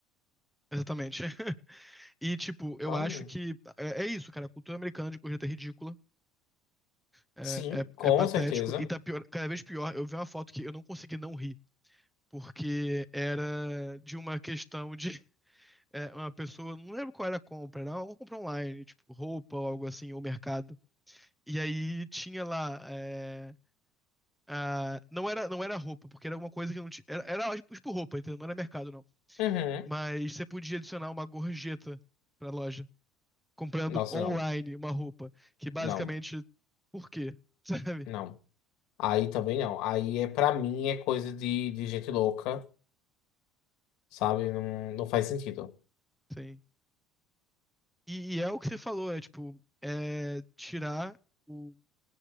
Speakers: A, in the centre; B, on the left (about 70°).
A: Exatamente. <laughs> E, tipo, eu
B: sabe?
A: acho que é, é isso, cara. A cultura americana de gorjeta é ridícula. É,
B: Sim,
A: é,
B: com
A: é patético
B: certeza.
A: e tá pior, cada vez pior. Eu vi uma foto que eu não consegui não rir, porque era de uma questão de é, uma pessoa, não lembro qual era a compra, era uma compra online, tipo roupa ou algo assim, ou mercado. E aí tinha lá, é, a- não era, não era roupa, porque era uma coisa que não tinha, era, era tipo tipo roupa, entendeu? Não era mercado não.
B: Uhum.
A: Mas você podia adicionar uma gorjeta pra loja, comprando
B: Nossa,
A: online
B: não.
A: uma roupa, que basicamente,
B: Não,
A: por quê? <laughs> Sabe?
B: não. Aí também não. Aí é pra mim é coisa de, de gente louca, sabe? Não, não faz sentido.
A: Sim. E, e é o que você falou, é tipo, é tirar o,